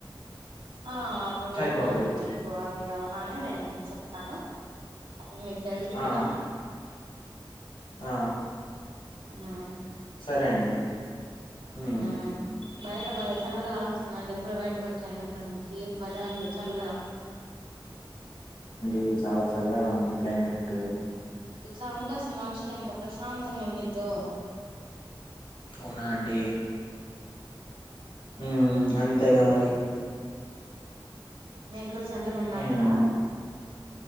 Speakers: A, on the right; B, on the left.
A: ఆ అప్పుడు
B: సరిపోతది
A: చెప్తాండి మీకు అది అవగానే నేను మిక్ చెప్తాను అప్పు మీక్ తెల్సిద్దిగా
B: ఆ ఆ
A: <unintelligible>
B: రే అండి హ్మ్
A: మ్ బయట బాగా చల్లగాల్ ఒస్తుందండి ఇప్పుడు బయటక్ వచ్చా ఇంట్లో నుంచి భలే ఉంది చల్లగా
B: ఈ చాలా చల్లగా ఉంది క్లైమేటూ
A: ఇట్లా ఉంట్ మనుషిక్ ఎంత ప్రశాంతంగా ఉండిద్ దో
B: అవునాండీ ఉ అంతెేగా మరి
A: మీకు చల్లగుందా
B: హ్మ్
A: అక్కడా